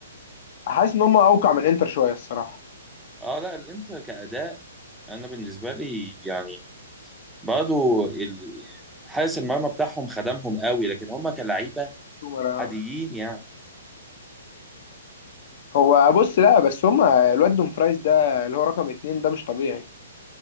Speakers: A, on the left; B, in the centre.
A: حاسس ان هم اوقع من انتر شويه الصراحه
B: اه لا الانتر كاداء انا بالنسبه لي يعني برضه ال... حارس المرمى بتاعهم خدمهم قوي لكن هم كلعيبه
A: سومر
B: عاديين يعني
A: هو بص لا بس هم الواد دوم فرايز ده اللي هو رقم اتنين ده مش طبيعي